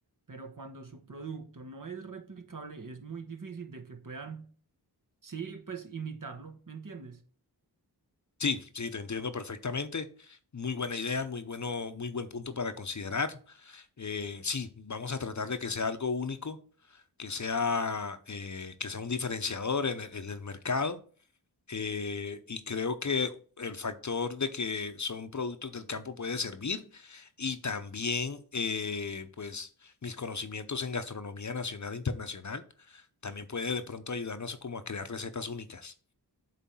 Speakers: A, on the right; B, on the left.
A: Pero cuando su producto no es replicable, es muy difícil de que puedan, sí, pues imitarlo, ¿me entiendes?
B: Sí, sí, te entiendo perfectamente. Muy buena idea, muy bueno, muy buen punto para considerar. Eh, sí, vamos a tratar de que sea algo único, que sea, eh, que sea un diferenciador en el en el mercado eh, y creo que el factor de que son productos del campo puede servir y también eh, pues mis conocimientos en gastronomía nacional e internacional también puede de pronto ayudarnos como a crear recetas únicas.